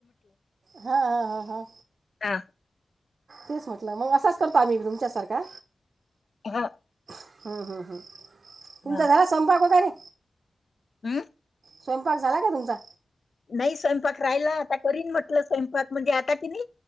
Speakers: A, on the right (about 65°); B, on the left (about 55°).
A: हा हा हा हा
B: ह
A: तेच म्हटलं मग असाच करतो आम्ही तुमच्यासारखा
B: हा
A: हं, हं, तुमचा
B: हा
A: झाला संपाक वगैरे
B: हं?
A: स्वयंपाक झाला का तुमचा
B: नाही स्वयंपाक राहिला आता करीन म्हटलं स्वयंपाक म्हणजे आता कि नाही